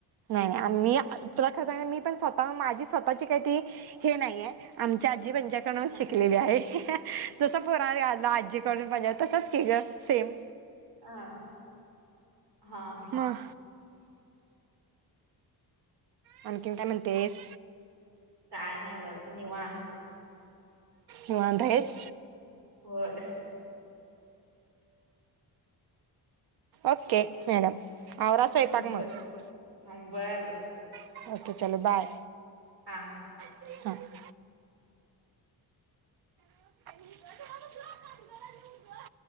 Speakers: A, on the right; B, on the right.
A: नाहीं नाहीं मी तुलां खरंच मी पणं स्वंतः माझी स्वंतःची कांहीं ती हे नाहींय आमच्यां आजी पंज्यांकडून
B: हा
A: शिकलेली आहे तसं पुरां आजा आजी आजी पंज्या तसंच की गं सेम
B: हा हा हा
A: मगं आणंखीन कायं म्हणतेस
B: कायं नाहीं बंग निवांत
A: निवांत आहेस
B: होयं
A: ओके मॅडम आवरा स्वयंपाक
B: बरं
A: मग
B: बरं बरं
A: ओके आंताच्यालां चालो बांय
B: हां हां
A: हां <unintelligible> <unintelligible>